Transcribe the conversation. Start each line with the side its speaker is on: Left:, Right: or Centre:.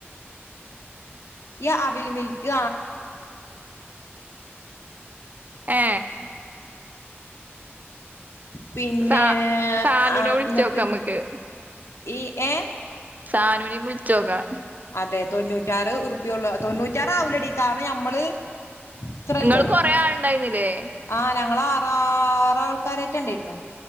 Left: ഈ അവിൽമിൽക്ക്
Right: ഏ
Left: പിന്നെ
Right: സാ സാനുനെ
Left: ആ
Right: വിളിച്ചോക്കാം
Left: ന്നിട്ട്
Right: നമ്മക്ക്
Left: ഇ എ
Right: സാനുനിം വിൾച്ചോക്കാ
Left: അതെ തൊണ്ണൂറ്റാറ് ഉർപ്പിയൊള്ളു തൊണ്ണൂറ്റാറാവൂലെടി കാരണം നമ്മള് ഇത്രല്ലേ
Right: ഇങ്ങള് കൊറേ ആള്ണ്ടായിന്നില്ലേ
Left: ആ ഞങ്ങള അ ആ റാൾക്കാരെറ്റെ ഇണ്ടേര്ന്ന്